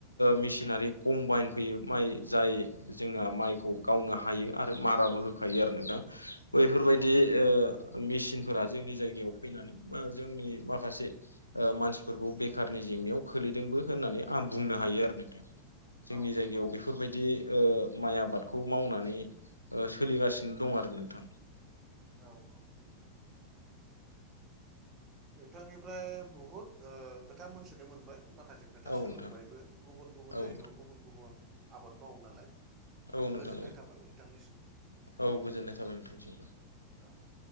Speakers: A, on the left (about 85°); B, on the right (about 30°).
A: मेसिनारि कम्बाइन फैयो माइ जाय जोंहा माइखौ गावनो हायो आरो माराबो होखायो आरो नोंथां बैफोरबायदि
B: औ
A: ओ मेसिनफोरा जोंनि जायगायाव फैनानै बा जोंनि माखासे मानसि बेफोरखौ बेखारनि जेंनायाव खोलैदोंबो होननानै आं बुंनो हायो आरो नोंथां जोंनि
B: औ नंगौ
A: जायगायाव
B: नोंथां
A: बेफोर बेबायदि ओ माइ आबादखौ मावनानै सोलिगासिनो दं आरो नोंथां
B: औ-औ नोंथांनिफ्राय बुहुद खोथा मोनथिनो मोनबाय माखासे खोथा
A: औ
B: सोलोंबायबो
A: नोंथां
B: गुबुन-गुबुन
A: औ
B: जायगायाव गुबुन-गुबुन आबाद मावो नालाय
A: औ नोंथां
B: गोजोननाय
A: औ
B: थाबाय नोंथांनिसिम
A: औ गोजोननाय थाबाय नोंथांसिम।
B: औ